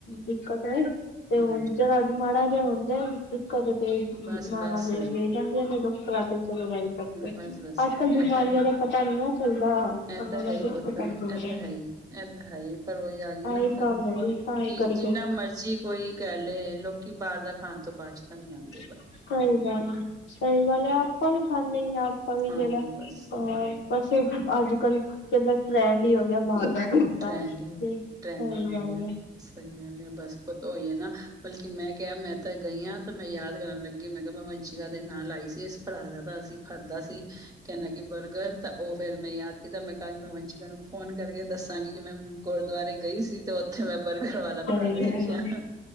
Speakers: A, on the left (about 65°); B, on the right (about 20°).
A: ਦਿੱਕਤ ਹੈ ਤਾਂ ਤੇ ਹੁਣ
B: ਹਾਂਜੀ,
A: ਚਲੋ ਜੀ ਮਾੜਾ ਜਿਹਾ ਹੁੰਦਾ ਦਿੱਕਤ ਤੇ
B: ਬਸ-ਬਸ,
A: ਮਾਵਾਂ ਲੈ ਜਾਂਦੀਆਂ ਡਾਕਟਰ ਚਲੋ ਬਾਈ ਡਾਕਟਰ
B: ਬਸ ਬਸ
A: ਅੱਜ ਕੱਲ ਬਿਮਾਰੀਆਂ
B: ਐ ਤਾਂ ਹੈ
A: ਦਾ ਪਤਾ ਨੀ ਨਾ ਚੱਲਦਾ ਸਮੇਂ
B: ਐ ਤਾਂ ਹੈ
A: ਦਾ ਕੁਛ
B: ਪੁਤ
A: ਪਤਾ ਨੀ ਚੱਲਦਾ
B: ਐ ਤਾਂ ਹੈ ਹੀ ਇਹ ਤਾਂ ਹੈ ਹੀ ਪਰ ਉਹੀ ਆ ਗਈ
A: ਆਹੀ
B: ਨਾ
A: ਕੰਮ ਰਹਿ ਗਿਆ ਤਾਂ
B: ਕਿ
A: ਹੀ ਕਰਕੇ
B: ਜਿੰਨਾ ਮਰਜੀ ਕੋਈ ਕਹਿ ਲਏ ਲੋਕ ਕਿ ਬਾਹਰ ਦਾ ਖਾਣ ਤੋਂ ਬਾਜ ਤਾਂ ਨਹੀਂ ਆਉਂਦਾ
A: ਸਹੀ ਗੱਲ ਸਹੀ ਗੱਲ ਆਪਾਂ ਵੀ ਖਾਂਦੇ ਹੀ ਆ ਆਪਾਂ ਵੀ
B: ਹਾਂ
A: ਜਿਹੜਾ
B: ਬਸ,
A: ਅਹ ਬਸ ਅੱਜ ਕੱਲ ਕਹਿੰਦਾ ਟਰੈਂਡ ਹੀ ਹੋ ਗਿਆ ਬਾਹਰ ਦਾ ਖਾਣ ਦਾ
B: ਟਰੈਂਡ
A: ਤੇ
B: ਹੀ ਹੋ
A: ਸਹੀ
B: ਟਰੈਂਡ ਹੀ ਹੋ
A: ਗੱਲ
B: ਗਿਆ
A: ਹੈ।
B: ਸਹੀ ਗੱਲ ਹੈ ਬਸ ਉਹ ਤਾਂ ਹੋਈ ਹੈ ਨਾ ਬਲਕਿ ਮੈਂ ਕਿਹਾ ਮੈਂ ਤਾਂ ਗਈ ਹਾਂ ਤਾਂ ਮੈਂ ਯਾਦ ਕਰਨ ਲੱਗੀ ਮੈਂ ਕਿਹਾ ਮੈਂ ਵੰਸ਼ਿਕਾ ਦੇ ਨਾਂ ਲਾਈ ਸੀ ਇਸ ਭਰਾ ਦਾ ਤਾਂ ਅਸੀਂ ਖਾਧਾ ਸੀ ਕਹ ਬਰਗਰ ਤਾਂ ਉਹ ਫੇਿਰ ਮੈਂ ਯਾਦ ਕੀਤਾ ਮੈਂ ਕੱਲ ਮ ਵਸ਼ਿਕ ਨੂੰ ਫੋਨ ਕਰਕੇ ਦੱਸਾਂਗੀ ਕਿ ਮੈਂ ਗੁਰਦੁਆਰੇ ਗਈ ਸੀ ਤੇ ਉਥੇ ਮੈਂ ਬਰਗਰ ਵਾਲਾ
A: ਸਹੀ
B: ਭਰਾ ਵੇਖਿਆ
A: ਗੱਲ ਹੈ,